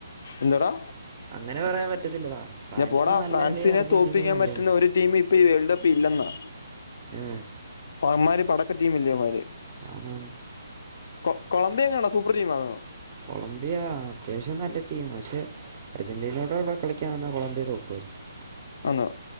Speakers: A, on the left; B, on the right.
A: എന്തടാ?
B: അങ്ങനെ പറയാൻ പറ്റത്തില്ലടാ ഫ്രാൻസ്
A: ഇല്ല പോടാ
B: നല്ല
A: ഫ്രാൻസിനെ
B: കളി അർജന്റീന
A: തോൽപ്പിക്കാൻ
B: നല്ല
A: പറ്റുന്ന
B: കളി
A: ഒരു ടീം ഇപ്പൊ ഈ വേൾഡ് കപ്പിൽ ഇല്ലെന്നാ
B: ഏ
A: ന്മാര് പടക്ക ടീം ഇല്ലോമാര്
B: ആണ്
A: കൊ കൊളംബിയ എങ്ങാണ്ട സൂപ്പർ ടീം ആണോ?
B: കൊളമ്പിയ അത്യാവശ്യം നല്ല ടീമാ പക്ഷെ അർജന്റീനോടെടെ കളിക്കൻ വന്ന കൊളംബിയോ തോക്കുമായിരിക്കും.
A: ആണോ